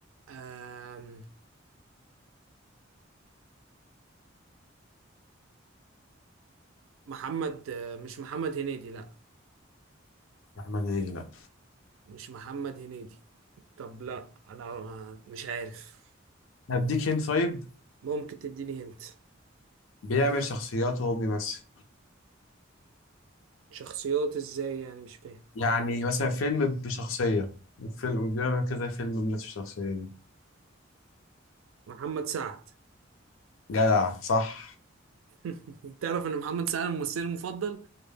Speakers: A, on the right (about 80°); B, on the left (about 85°).
A: آم، محمد آه، مش محمد هنيدي لا
B: محمد هنيدي لا
A: مش محمد هنيدي طب لا انا مش عارف
B: هديك هنت طيب
A: ممكن تديني هنت
B: بيعمل شخصيات وهو بيمثل
A: شخصيات ازاي يعني مش فاهم
B: يعني مثلا فيلم بشخصية وفيلم بيعمل كذا فيلم بنفس الشخصية دي
A: محمد سعد
B: جدع صح
A: <laughs> تعرف ان محمد سعد ممثلي المفضل